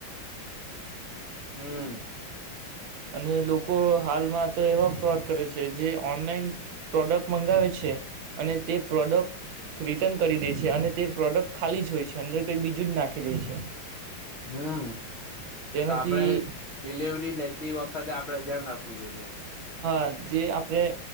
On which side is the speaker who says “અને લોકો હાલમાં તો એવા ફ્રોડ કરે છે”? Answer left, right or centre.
Right